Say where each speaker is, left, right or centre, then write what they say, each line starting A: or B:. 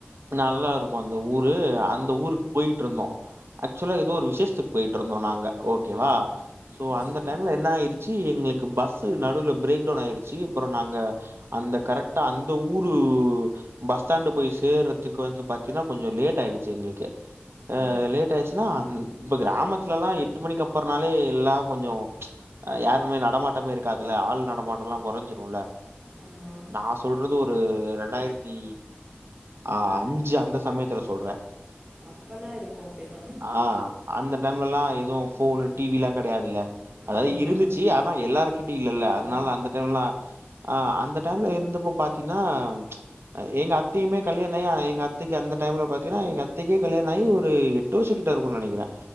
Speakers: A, on the right; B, on the right.
A: நல்லா இருக்கே அந்த ஊரு அந்த ஊருக்கு போயிட்டு இருந்தோ ஆக்சுவலா ஏதோ ஒரு விசேஷத்துக்கு போயிட்டு இருந்தோ நாங்க ஓகேவா சோ
B: ம்,
A: அந்த
B: சரி
A: டைம்ல என்ன ஆயிருச் ச்சி எங்களுக்கு பஸ்சு நடுவுல பிரேக் டவுன் ஆயிருச்சு அப்புறம் நாங்க அந்த கரெக்டா அந்த ஊரு பஸ் ஸ்டேண்ட் போயி சேர்றதுக்கு வந்து பாத்தீன்னா கொஞ்சொ லேட் ஆயிடுச்சு எங்களுக்கு அ
B: ஆ
A: லேட் ஆயிச் ஆனோ அந் இப்ப கிராமத்துலலா எட்டு மணிக்கு அப்பற்னாலே எல்லா கொஞ்சொ அ யாருமே நடமாட்டமே இருக்காதுல்ல ஆள் நடமாட்டம்லா கெறைஞ்சிரும்ல்ல
B: ஆமா
A: நான் சொல்றது ஒரு ரெண்டாயிரத்தி ஆ அஞ்சு அந்த சமயத்துல சொல்றே
B: அப்பனா இருக்கோ அப்டிதா
A: ஆ அந்த டைம்லல்லா எதுவூ போனு டிவில்லா கிடையாதில்ல அதாவது
B: ஆமா
A: இருந்துச்சு அனா எல்லார்க் கிட்டயூ இல்லில்ல
B: ஆ
A: அதனால அந்த டைம்லா அ அந்த டைம்ல இருந்தப்போ பாத்தீங்ன்னா எ எங்க அத்தயுமே கல்யாண ஆகி எங்க அத்திக்கு அந்த டைம்ல பாத்தீங்ன்னா எங்க அத்தைக்கே கல்யாண ஆகி ஒரு எட்டு வருஷெ கிட்ட ‌இருக்கோ நெனைக்கிறெ